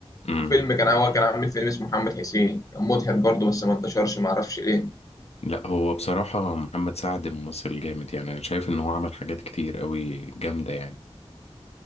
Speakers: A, on the left (about 75°); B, on the left (about 30°).
A: امم
B: وفيلم كان هو كان عامل فيلم اسمه محمد حسين كان مضحك برضه بس ما انتشرش ما اعرفش ليه
A: لا هو بصراحة محمد سعد ممثل جامد يعني انا شايف ان هو عمل حاجات كتير قوي جامدة يعني